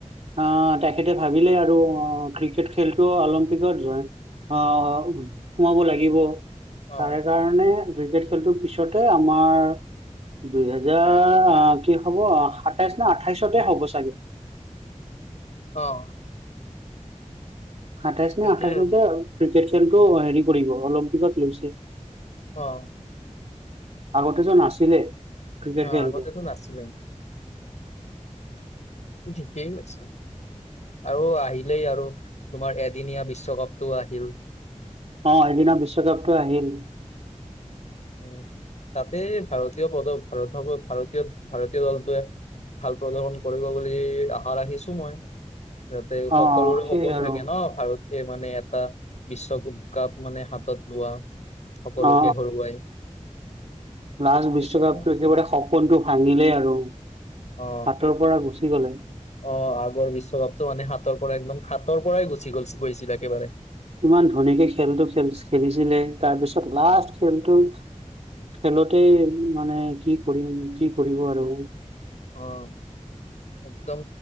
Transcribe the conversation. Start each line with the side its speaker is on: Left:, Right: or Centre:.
Right: আহ তেখেতে ভাবিলে আৰু অ' ক্ৰিকেট খেলটো অলিম্পিকত যোৱা আহ সোমাব লাগিব।
Left: অ
Right: তাৰে কাৰণে ক্ৰিকেট খেলটোৰ পিছতে আমাৰ দুই হেজাৰ অ' কি হ'ব, সাতাইশ নে আঠাইশতে হ'ব চাগে।
Left: অ'
Right: সাতাইশ
Left: তেতিয়াই
Right: নে আঠাইশত
Left: হ'ব
Right: যে, ক্ৰিকেট খেলটো হেৰি কৰিব অলিম্পিকত লৈছে।
Left: অ'
Right: আগতে টো নাছিলে। ক্ৰিকেট
Left: অ',
Right: খেলটো
Left: আগতে টো নাছিলে। ঠিকেই আছে। আৰু আহিলেই আৰু, তোমাৰ এদিনীয়া বিশ্বকাপটো আহিল।
Right: অ', এদিনীয়া বিশ্বকাপ টো আহিল।
Left: উ', তাতে ভাৰতীয় পদক ভাৰতসকল ভাৰতীয়, ভাৰতীয় দলটোৱে ভাল প্ৰদৰ্শন কৰিব বুলি আশা ৰাখিছোঁ মই তাতে
Right: অ
Left: সকলোৰে
Right: সেই
Left: সপোন
Right: আৰু
Left: থাকে ন? ভাৰতে মানে এটা বিশ্বকাপ মানে হাতত লোৱা, সকলোকে
Right: অ অ
Left: হৰুৱাই
Right: লাষ্ট
Left: কিছুমান
Right: বিশ্বকাপটো একেবাৰে সপোনটো ভাঙিলে আৰু
Left: অ
Right: হাতৰ পৰা গুচি গ'লে।
Left: অ', আগৰ বিশ্বকাপটো মানে হাতৰ পৰা একদম হাতৰ পৰাই গুচি গল গৈছিল একেবাৰে
Right: ইমান ধুনীয়াকে খেলটো খেল খেলিছিলে তাৰপিছত লাষ্ট খেলটো খেলোতে মানে কি কৰিম কি কৰিব আৰু
Left: অ' একদম